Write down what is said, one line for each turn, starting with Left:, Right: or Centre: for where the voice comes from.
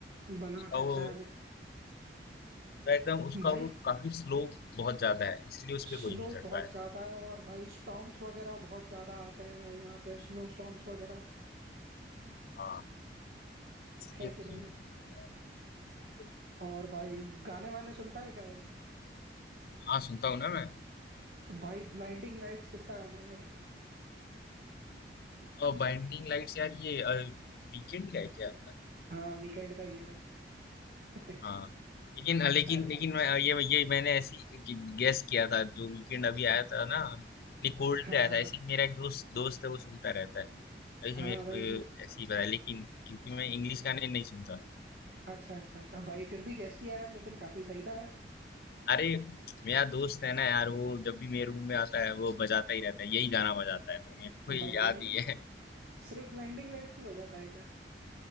Right: बनावट
Left: उसका
Right: ऐसा
Left: वो
Right: है वो।
Left: पूरा एकदम उसका
Right: भाई
Left: वो काफी स्लो बहुत ज्यादा है इसलिए उस
Right: स्लो
Left: पे कोई नहीं चढ़
Right: बहुत
Left: पाया
Right: ज्यादा है और भाई स्टॉर्म्स वगैरह बहुत ज्यादा आते हैं भाई वहाँ पे स्नो स्टॉर्म्स वगैरह
Left: हाँ इसलिए
Right: है कि नहीं
Left: कोई नहीं चढ़ा बिल्कुल
Right: और भाई गाने वाने सुनता है क्या भाई
Left: हाँ सुनता हूँ ना मैं
Right: भाई ब्लाइंडिंग लाइट्स किसका गाना है भाई
Left: और बाइंडिंग लाइट्स यार ये वीकेंड का है क्या
Right: हाँ वीकेंड का ही है भाई <laughs>
Left: हाँ लेकिन लेकिन
Right: अरे
Left: लेकिन मैं ये ये मैंने ऐसी गेस किया था जो वीकेंड अभी आया
Right: हाँ
Left: था ना नहीं कोल्ड
Right: हाँ
Left: पे आया था ऐसे ही मेरा एक दोस्त दोस्त है वो सुनता रहता है ऐसे
Right: हाँ
Left: मेरे
Right: भाई
Left: को ये
Right: वीक
Left: ऐसे ही पता है लेकिन क्योंकि मैं इंग्लिश गाने नहीं सुनता
Right: अच्छा अच्छा अच्छा भाई फिर भी गैस किया यार लेकिन काफी सही था यार
Left: अरे मेरा दोस्त है ना यार वो जब भी मेरे रूम में आता है वो बजाता ही रहता है यही गाना बजाता है तो मेरे को ये
Right: भाई
Left: याद
Right: ब्लाइंडिंग
Left: ही है
Right: सिर्फ ब्लाइंडिंग लाइट से हो जाता है क्या